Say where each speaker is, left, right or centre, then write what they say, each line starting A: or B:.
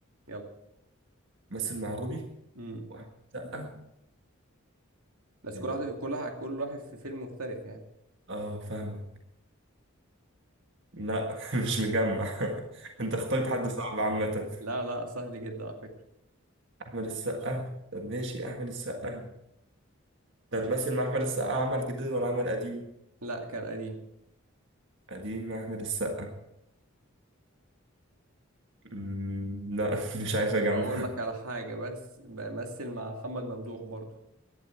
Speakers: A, on the right; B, on the right.
A: يلا
B: مثل مع روبي
A: امم
B: واحد سقا
A: بس
B: ايه
A: كل
B: ده
A: واحد كل واحد كل واحد في فيلم مختلف يعني
B: اه فاهمك لا <laughs> مش مجمع <laughs> انت اخترت
A: يعني
B: حد صعب عامة
A: لا لا سهل جدا على فكرة
B: احمد السقا طب ماشي احمد السقا طب مثل مع احمد السقا عمل جديد ولا عمل قديم
A: لا كان قديم
B: قديم مع احمد السقا أمم، لا <laughs> مش عارف اجمع
A: اقول لك على حاجة بس بمثل مع محمد ممدوح برضو